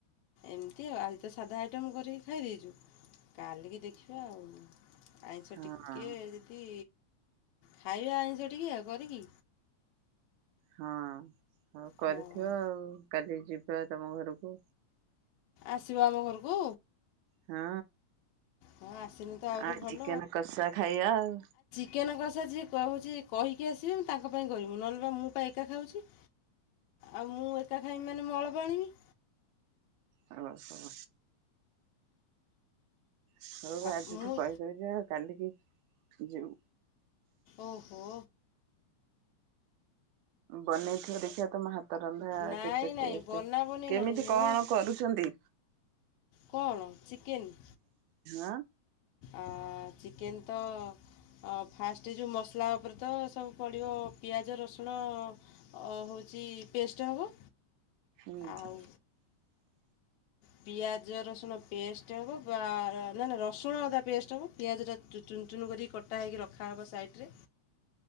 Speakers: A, on the left; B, on the right.
A: ଏମିତି ଆଉ ଆଜି ତ ସାଧା ଆଇଟମ୍ କରିକି ଖାଇ ଦେଇଚୁ। କାଲିକି ଦେଖିବା ଆଉ। ଆଇଁଷ
B: ହଁ
A: ଟିକେ ଯଦି ଖାଇବା ଆଇଁଷ ଟିକେ ଆଉ କରିକି।
B: ହଁ ହଉ କରିଥିବ
A: ହଁ।
B: ଆଉ କାଲି ଯିବା ତମ ଘରକୁ।
A: ଆସିବ ଆମ ଘରକୁ?
B: ହଁ
A: ହଁ ଆସିନି ତ ଆହୁରି
B: ଆଉ
A: ଭଲ
B: ଚିକେନ କଷା ଖାଇବା ଆଉ।
A: ଚିକେନ କଷା ଯିଏ କଉଛି କହିକି ଆସିବେ ମୁଁ ତାଙ୍କ ପାଇଁ କରିମୁ ନହେନେ ବା ମୁଁ ପା ଏକା ଖାଉଚି। ଆଉ ମୁଁ ଏକା ଖାଇମି ମାନେ ମୁଁ ଅଳପ ଆଣିମି।
B: ଓ ହ। ହଉ
A: ଆଉ
B: ଆଜି
A: ମୁଁ
B: ଠୁ କହିଦଉଚି ଆଉ କାଲିକି ଯିମୁ।
A: ଓହୋ।
B: ବନେଇଥିବ ଦେଖି ଖିଆ ତମ ହାତ ରନ୍ଧା
A: ନାଇଁ
B: କେତେ
A: ନାଇଁ
B: ଟେଷ୍ଟ
A: ବନାବନି
B: କେମିତି
A: ନାହିଁ ମୁଁ
B: କଣ କରୁଚନ୍ତି?
A: କଣ ଚିକେନ୍?
B: ଆଁ
A: ଆ ଚିକେନ ତ ଆଉ ଫାଷ୍ଟ ଯେଉ ମସଲା ଉପରେ ତ ସବୁ ପଡ଼ିବ ପିଆଜ, ରସୁଣ ଓ ହଉଚି ପେଷ୍ଟ ହବ
B: ହୁଁ।
A: ଆଉ ପିଆଜ ରସୁଣ ପେଷ୍ଟ ହବ ବା ନା ନା ରସୁଣ ଅଦା ପେଷ୍ଟ ହବ ପିଆଜଟା ଚୁନ ଚୁନ କରିକି କଟା ହେଇକି ରଖାହେବ ସାଇଟିରେ।